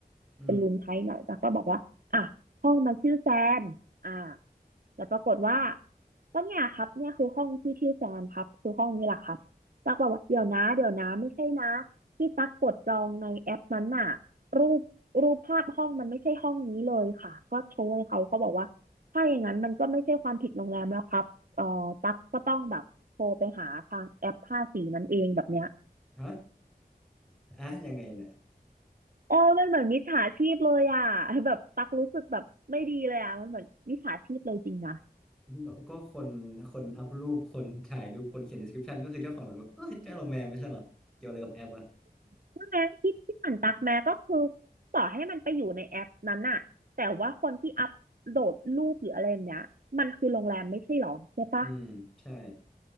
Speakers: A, in the centre; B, on the right (about 60°).
A: อืม
B: เป็นรูมไทป์ไหน่อยตั๊กก็บอกว่าอ่ะห้องมันชื่อแซนอ่าแล้วปรากฏว่าก็เนี่ยครับเนี่ยคือห้องที่ชื่อแซนครับคือห้องนี้แหละครับตักบอกว่าเดี๋ยวนะเดี๋ยวนะไม่ใช่นะ ที่ตักกดจองในแอปนั้นน่ะรูปรูปภาพห้องมันไม่ใช่ห้องนี้เลยค่ะก็โชว์ให้เขาเขาบอกว่าถ้าอย่างนั้นมันก็ไม่ใช่ความผิดโรงแรมแล้วครับเอ่อตักก็ต้องแบบโทรไปหาทางแอปภาสีนั้นเองแบบเนี้ย
A: ฮะอ่ะยังไงเนี่ย
B: โอ้มันเหมือนมิจฉาชีพเลยอ่ะแบบตักรู้สึกแบบไม่ดีเลยอ่ะมันเหมือนมิจฉาชีพเลยจริงนะ
A: ก็ก็คนคนอัพรูปคนถ่ายรูปคนเขียน description ก็คือเจ้าของโรงแรมก็คือเจ้าโรงแรมไม่ใช่เหรอเกี่ยวอะไรกับแอปอ่ะ
B: ใช่ไหมที่ที่ผ่านตักแม้ก็คือต่อให้มันไปอยู่ในแอปนั้นน่ะแต่ว่าคนที่อัปโหลดรูปหรืออะไรเนี้ยมันคือโรงแรมไม่ใช่หรอใช่ปะ
A: อืมใช่